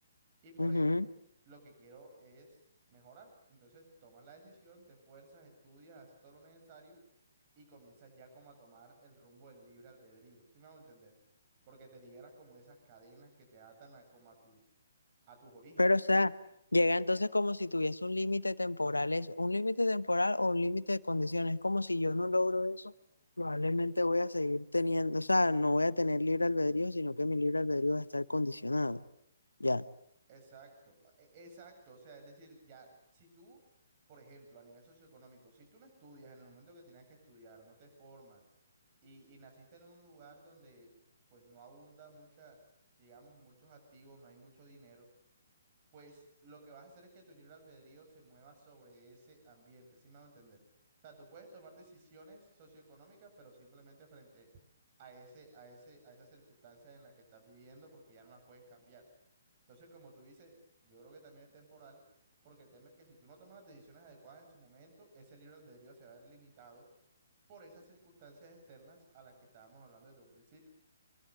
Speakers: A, on the right; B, on the left.
A: y por
B: ujú.
A: ende lo que quiero es mejorar. Entonces tomas la decisión, te esfuerzas, estudias, haces todo lo necesario y comienzas ya como a tomar el rumbo del libre albedrío, ¿sí me hago entender? Porque te liberas como de esas cadenas que te atan a, como a tus, a tus orígenes.
B: Pero, o sea, llega entonces como si tuviese un límite temporal, es un límite temporal o un límite de condiciones. Es como si yo no logro eso, probablemente voy a seguir teniendo, o sea, no voy a tener libre albedrío, sino que mi libre albedrío va a estar condicionado. Ya.
A: Exacto, e- exacto. O sea, es decir, ya, si tú, por ejemplo, a nivel socioeconómico, si tú no estudias en el momento que tienes que estudiar, no te formas y, y naciste en un lugar donde pues no abunda mucha, digamos, muchos activos, no hay mucho dinero, pues lo que vas a hacer es que tu libre albedrío se mueva sobre ese ambiente, ¿sí me a entender? O sea, tú puedes tomar decisiones socioeconómicas, pero simplemente frente a ese, a ese, a esas circunstancias en las que estás viviendo, porque ya no las puedes cambiar. Entonces, como tú dices, yo creo que también es temporal, porque el tema es que si tú no tomas las decisiones adecuadas en su momento, ese libre albedrío se va a ver limitado por esas circunstancias externas a las que estábamos hablando desde un principio.